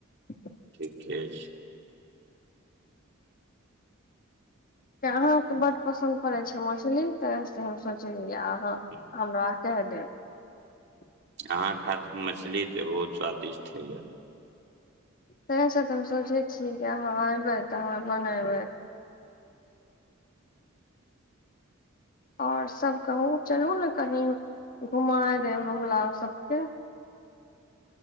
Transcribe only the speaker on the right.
ठीके छै। <unintelligible>
हम्म,
अहाँके हाथ मछली तऽ बहुत स्वादिष्ट हइया। <unintelligible>